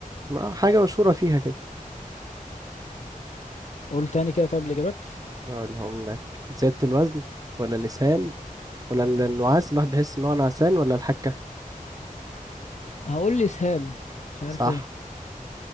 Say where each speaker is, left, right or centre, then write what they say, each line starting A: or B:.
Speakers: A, on the right; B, on the left.
A: ما حاجة مشهورة فيها كده
B: قول تاني كده طيب الإجابات
A: أقولهم لك زيادة الوزن ولا الإسهال ولا ال- النعاس الواحد بيحس ان هو نعسان ولا الحكة
B: هقول لي اسهال مش عارف
A: صح
B: ليه